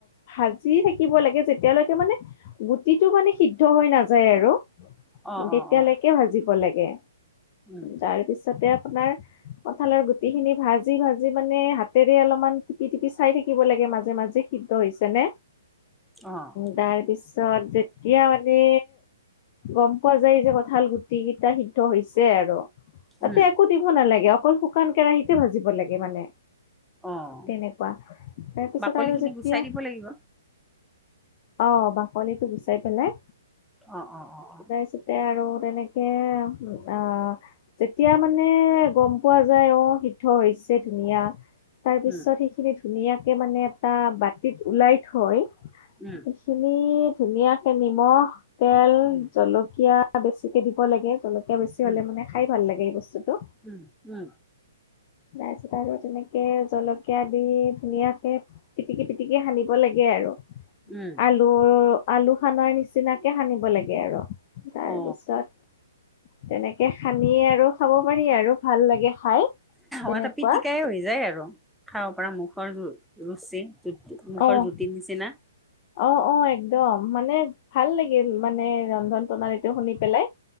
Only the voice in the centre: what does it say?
অ
অ অ
উম'
অ'
উম
অ'
বাকলিখিনি
গুচাই দিব লাগিব।
অ অ অ অ
উম
উম'
উম
উম
উম' উম'
উম'
অ
অ তো পিটিকাই হৈ যায় আৰু খাব পৰা মুখৰ ৰুচি জু মুখৰ
জুতিৰ নিচিনা